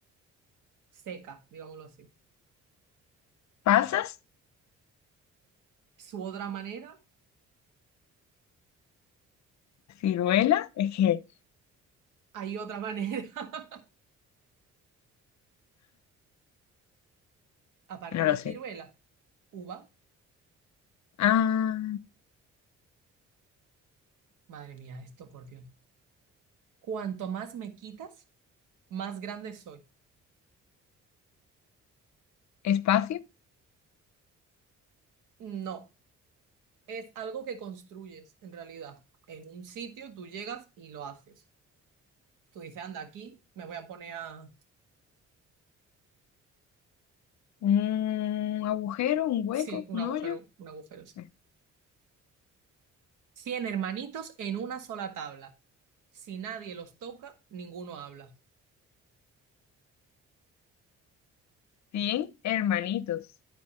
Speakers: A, on the right (about 85°); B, on the left (about 65°).
A: seca, digámoslo así.
B: ¿Pasas?
A: Su otra manera,
B: ¿Ciruela? Es que
A: hay otra manera, <laughs> aparte
B: no
A: de
B: lo sé.
A: ciruela, uva.
B: Ah,
A: Madre mía, esto por Dios. Cuanto más me quitas, más grande soy.
B: ¿espacio?
A: No, es algo que construyes en realidad. En un sitio tú llegas y lo haces. Tú dices, anda, aquí me voy a poner a...
B: ¿Un agujero? ¿Un hueco?
A: Sí, un
B: ¿Un
A: agujero,
B: hoyo?
A: un agujero, sí.
B: Eh,
A: 100 hermanitos en una sola tabla. Si nadie los toca, ninguno habla.
B: Cien hermanitos